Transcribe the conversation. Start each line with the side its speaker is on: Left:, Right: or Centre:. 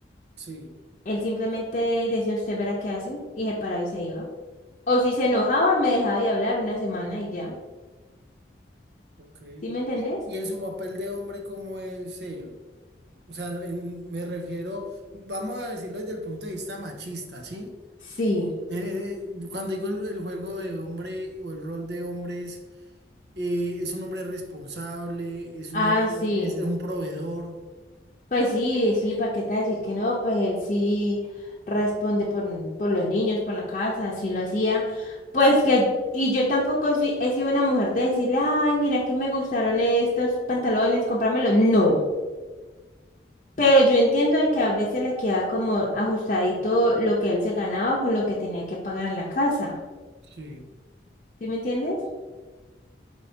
Right: sí,
Left: Él simplemente decía, usted verá qué hace y se paraba y se iba. O si se enojaba, me dejaba de hablar una semana y ya.
Right: ok.
Left: ¿Sí me entendés?
Right: ¿Y, y en su papel de hombre, cómo es él? O sea, en- me refiero, vamos a decirlo desde el punto de vista machista, ¿sí?
Left: Sí.
Right: Eh, eh, cuando digo el, el juego de hombre o el rol de hombre es, eh, es un hombre responsable, es un
Left: Ah,
Right: hombre,
Left: sí.
Right: es un proveedor.
Left: Pues sí, sí, ¿para qué te voy a decir que no? Pues él sí responde por, por los niños, por la casa, sí lo hacía. Pues
Right: Sí,
Left: que, y yo tampoco sí- he sido una mujer de decirle, ay, mira que me gustaron estos pantalones, cómpramelos. No. Pero yo entiendo de que a veces le queda como ajustadito lo que él se ganaba con lo que tenía que pagar en la casa.
Right: sí,
Left: ¿Sí me entiendes?